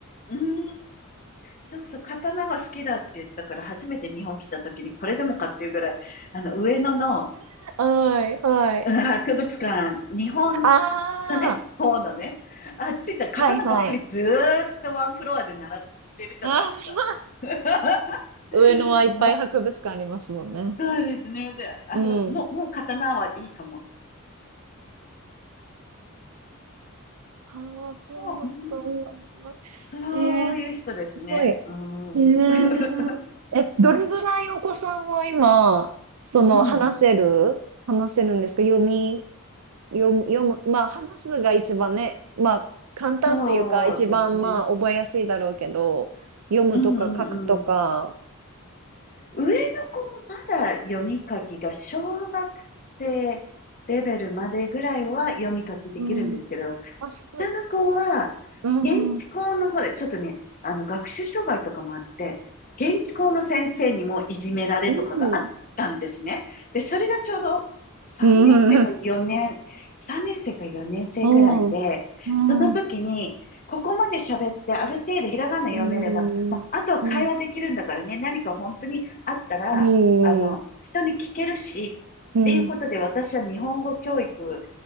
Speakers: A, on the left; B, on the right.
A: うーん。そうそう、刀が好きだって言ったから、初めて日本来た時にこれでもかっていうぐらい、あの、上野の
B: <laughs> はい、はい。
A: うん博物館、日本
B: ああ、
A: のね、方のね、あっち行ったら刀ばっかりずーっとワンフロアで習ってるじゃないですか。
B: はい、はい。あ
A: <laughs>
B: あ、<laughs> 上野はいっぱい博物館ありますもんね。
A: もう、そうですね。で、あそこ、
B: うん。
A: もう、もう刀はいいかも。
B: ああ、そうだったんだ。
A: う、うん、そういう人ですね。
B: えー、すごい。え
A: うん。
B: ー、
A: <laughs>
B: え、どれぐらいお子さんは今、その、
A: うん。
B: 話せる話せるんですか読み、読む、読む、まあ、話すが一番ね、まあ、簡単というか、
A: そうですね。
B: 一番、まあ、覚えやすいだろうけど、読むとか書くとか。
A: うんうん上の子まだ読み書きが小学生レベルまでぐらいは読み書きできるんですけど、
B: うん。うん。あ、すごい。
A: 下の子は
B: うん、
A: 現地校の方で、
B: うん。
A: ちょっとね、あの学習障害とかもあって、現地校の先生にもいじめられとかがあったんですね。
B: うん、うん。
A: で、それがちょうど3年生か4年、
B: うん、うん。
A: 3年生か4年生ぐらいで、
B: うん。うん。
A: その時に、
B: うん
A: ここまで喋ってある程度ひらがな読めればまあ、
B: うん、
A: あとは会話できるんだからね、
B: うん、
A: 何か本当にあったら、
B: うん、
A: あの、人に聞けるし、
B: うん、
A: っていうことで私は日本語教育
B: うん、